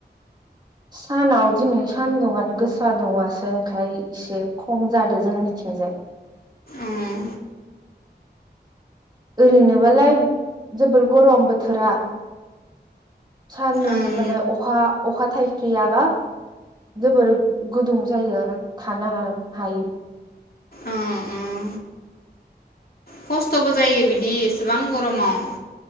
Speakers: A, on the right (about 25°); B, on the left (about 55°).
A: सानाव दिनै सानदुंआनो गोसा दुंङासै ओंखायनो इसे खम जादो जोंनिथिंजाय।
B: ओं
A: ओरैनोबालाय जोबोर गरम बोथोरा सान्दुं
B: ओं
A: माने अखा अखा थाइफ्रियाबा जोबोर गुदुं जायो थानो हायै।
B: ओं ओं खस्थबो जायो बिदि एसेबां गरमाव।